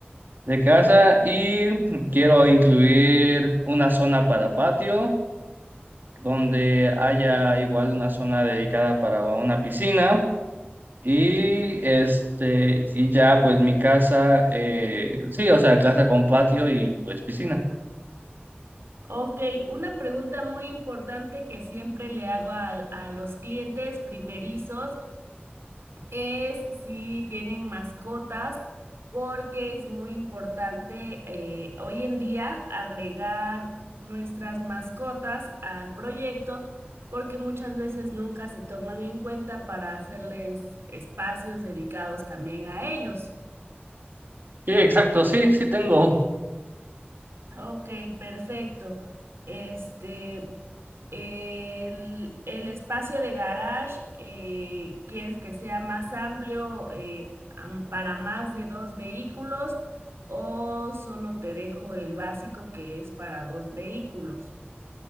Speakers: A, on the right (about 55°); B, on the right (about 85°).
A: de casa y quiero incluir una zona para patio, donde haya igual una zona dedicada para una piscina y este, y ya pues mi casa, eh, sí, o sea, casa con patio y pues piscina.
B: Ok, una pregunta muy importante que siempre le hago al- a, los clientes primerizos es si tienen mascotas, porque es muy importante eh, hoy en día agregar nuestras mascotas al proyecto, porque muchas veces nunca se toman en cuenta para hacerles espacios dedicados también a ellos.
A: Sí, exacto, sí, sí tengo.
B: Ok, perfecto. Este. El, el espacio de garage, eh, ¿quieres que sea más amplio eh, am- para más de dos vehículos o solo te dejo el básico que es para dos vehículos?